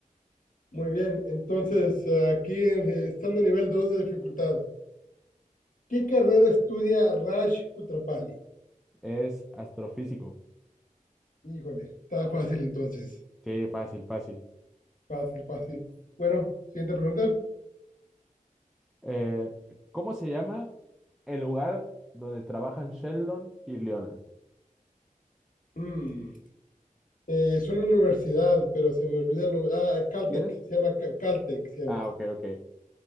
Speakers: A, on the left (about 70°); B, in the centre.
A: Muy bien, entonces aquí en- eh, estando a nivel 2 de dificultad, ¿qué carrera estudia Raj Kutrapali?
B: Es astrofísico.
A: Híjole, está fácil entonces,
B: Sí, fácil, fácil.
A: fácil, fácil. Bueno, siguiente pregunta.
B: Eh, ¿cómo se llama el lugar donde trabajan Sheldon y Leonard?
A: Mm, eh, es una universidad, pero se me olvida el nombre. Ah, Caltech,
B: ¿Quieres?
A: se llama Ca- Caltech, se llama.
B: Ah, ok, ok. Eh,